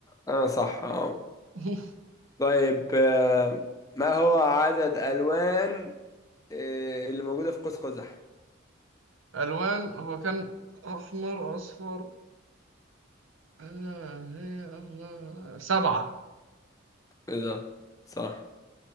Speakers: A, on the left; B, on the right.
A: انا صح اه
B: <laughs>
A: طيب آه، ما هو عدد الوان إيه اللي موجوده في قوس قزح
B: الوان هو كان احمر اصفر <laughs> سبعة
A: ايه ده صح